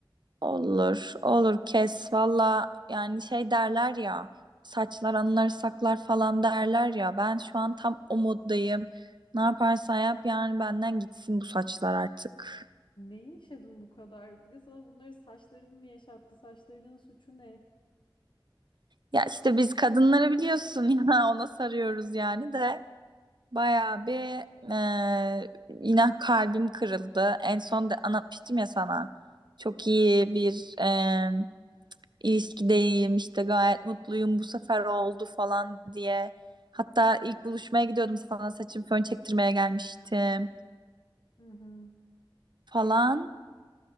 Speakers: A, on the right; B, on the left.
A: Olur olur kes valla yani şey derler ya saçlar anıları saklar falan derler ya ben şu an tam o moddayım. Ne yaparsan yap yani benden gitsin bu saçlar artık.
B: Ne yaşadın bu kadar? Bir de sana bunları saçların mı yaşattı? Saçlarının suçu ne?
A: Ya işte biz kadınları biliyorsun <laughs> ya ona sarıyoruz yani de. Bayağı bir eee, yine kalbim kırıldı. En son da anlatmıştım ya sana. Çok
B: Evet.
A: iyi bir eee ilişkideyim işte gayet mutluyum bu sefer oldu falan diye. Hatta ilk buluşmaya gidiyordum sana saçım fön çektirmeye gelmiştim
B: Hı hı.
A: falan.
B: Yani